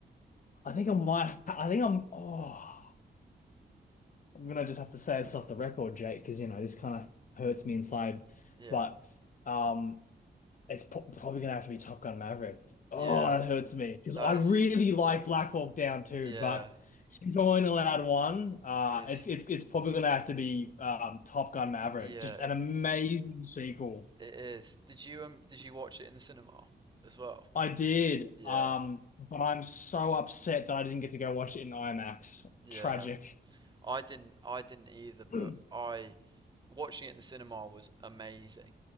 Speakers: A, on the left; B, on the right.
A: I think I might I think I'm oh I'm gonna just have to say this off the record, Jake, because you know this kind of hurts me inside.
B: Yeah
A: But um It's pro- probably gonna have to be Top Gun Maverick. Oh,
B: yeah.
A: that hurts me because
B: That
A: I really
B: is
A: like Black Hawk Down too,
B: yeah.
A: but she's only allowed one. Uh,
B: It's
A: it's it's it's probably gonna have to be um, Top Gun Maverick.
B: yeah.
A: Just an amazing sequel.
B: It is. Did you um did you watch it in the cinema as well?
A: I did,
B: Yeah
A: um, but I'm so upset that I didn't get to go watch it in IMAX.
B: yeah.
A: Tragic.
B: I didn't. I didn't either. But
A: <clears throat>
B: I watching it in the cinema was amazing.